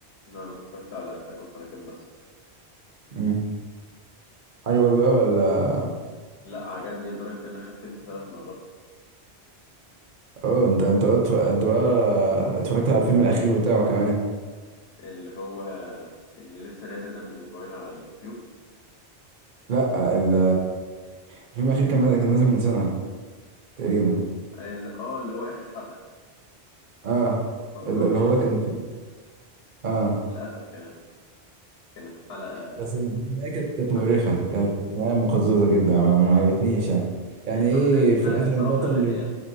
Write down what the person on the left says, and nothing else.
لا، انا اتفرجت على اتاك اون تايتن بس
لا عجبني لدرجه ان انا ختمت ثلاث مرات
اللي هو اللي لسه نازل ده من اسبوعين على اليوتيوب
اللي اه اللي هو اخر حلقه
ما ده
طبيعي
للاسف يعني كانت حلقه
تؤلم
آه.
يعني
تؤلم
لا
هي صراحه
النهايه